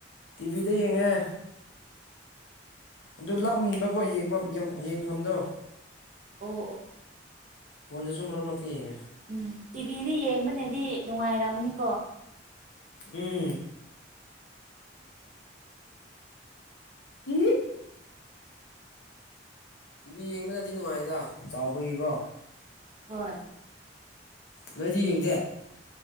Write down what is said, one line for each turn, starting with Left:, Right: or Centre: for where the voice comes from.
Left: ꯇꯤꯚꯤꯗ ꯌꯦꯡꯉꯦ ꯑꯗꯨ ꯂꯥꯕꯀꯣ ꯌꯦꯡꯐꯝ ꯌꯦꯡꯐꯝꯗꯣ
Right: ꯑꯣ ꯑꯣ
Left: ꯐꯣꯟꯗꯁꯨ ꯃꯔꯛ ꯃꯔꯛꯇ ꯌꯦꯡꯉꯦ
Right: ꯎꯝ ꯇꯤꯚꯤꯗꯤ ꯌꯦꯡꯕꯅꯗꯤ ꯅꯨꯡꯉꯥꯏꯔꯝꯃꯅꯤꯀꯣ
Left: ꯎꯝ <unintelligible> ꯇꯤꯚꯤ ꯌꯦꯡꯕꯅꯗꯤ ꯅꯨꯡꯉꯥꯏꯗ ꯆꯥꯎꯕꯒꯤꯀꯣ
Right: ꯍꯣꯏ
Left: ꯅꯪꯗꯤ ꯌꯦꯡꯗꯦ